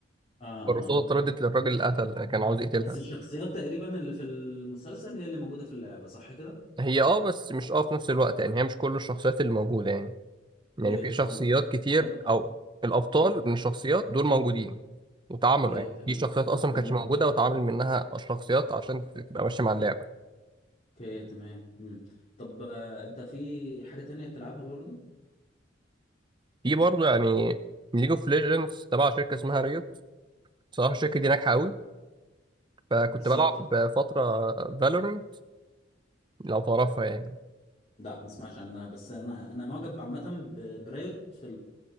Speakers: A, on the left; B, on the right.
A: آه, آه,
B: الرصاصة
A: آه.
B: اتردت للراجل اللي قتل كان عاوز يقتلها
A: بس الشخصيات تقريبا اللي في المسلسل هي اللي موجودة في اللعبة صح كده
B: هي اه بس مش اه في نفس الوقت يعني هي مش كل الشخصيات اللي موجودة يعني يعني
A: اوكي
B: في شخصيات
A: اه
B: كتير
A: طب
B: أو الأبطال من الشخصيات دول موجودين واتعملوا
A: اوكي
B: يعني
A: تمام
B: في شخصيات أصلا ما
A: مم.
B: كانتش موجودة واتعمل منها الشخصيات عشان تبقى ماشية مع اللعبة
A: اوكي تمام مم. طب آه، انت في حاجة تانية بتلعبها برضو
B: في برضه يعني ليج اوف ليجندز تبع شركة اسمها ريوت صراحة الشركة دي ناجحة أوي فكنت
A: بالظبط
B: بلعب فترة فالورنت لو تعرفها يعني
A: لا ما اسمعش عنها بس انا انا معجب عامة ب- برايوت في